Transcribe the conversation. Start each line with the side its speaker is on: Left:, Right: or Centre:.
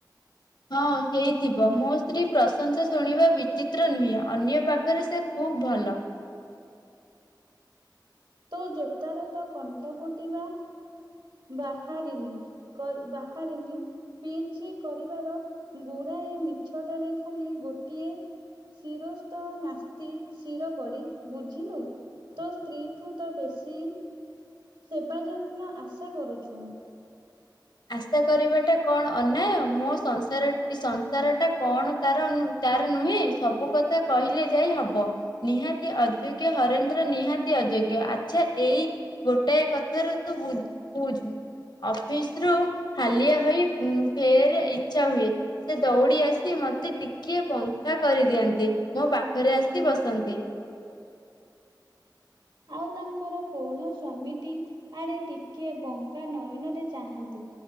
Left: ହଁ ହେଇଥିବ ମୋ ସ୍ତ୍ରୀ ପ୍ରଶଂସା ଶୁଣିବା ବିଚିତ୍ର ନୁହେଁ ଅନ୍ୟ ପାଖରେ ସେ ଖୁବ ଭଲ
Right: ତୋ ଜୋତାର ତ କଣ୍ଟା ଫୁଟିବା ବାହାରିନି ବାହାରିନି ପିଞ୍ଚି କରିବାର ଗୁଡାଏ ମିଛଟାରେ ଖାଲି ଗୋଟିଏ ଶିରସ୍ତ ନାସ୍ତି ଶିର ପଡି ବୁଝିନୁ ତୋ ସ୍ତ୍ରୀଠୁ ତ ବେଶୀ ସେବା ଯତ୍ନ ଆଶା କରୁଛୁ
Left: ଆଶା କରିବାଟା କଣ ଅନ୍ୟାୟ ମୋ ସଂସାର ସଂସାର ଟା କଣ ତାର ତାର ନୁହେଁ ସବୁ କଥା କହିଲେ ଯାଇ ହବ ନିହାତି ଅଯୋଗ୍ୟ ହରେନ୍ଦ୍ର ନିହାତି ଅଯୋଗ୍ୟ ଆଚ୍ଛା ଏଇ ଗୋଟାଏ କଥାରୁ ତୁ ବୁଝୁ ଅଫିସ ରୁ ହାଲିଆ ହୋଇ ଫେର ଇଚଛା ହୁଏ ସେ ଦୌଡ଼ି ଆସି ମତେ ଟିକିଏ ପଙ୍ଖା କରିଦିଅନ୍ତି ମୋ ପାଖରେ ଆସି ବସନ୍ତି
Right: ଆଉ ତାଙ୍କର ପୌଢ ସ୍ଵାମୀଟି ଆଡେ ଟିକିଏ ବଙ୍କା ନୟନରେ ଚାହାନ୍ତି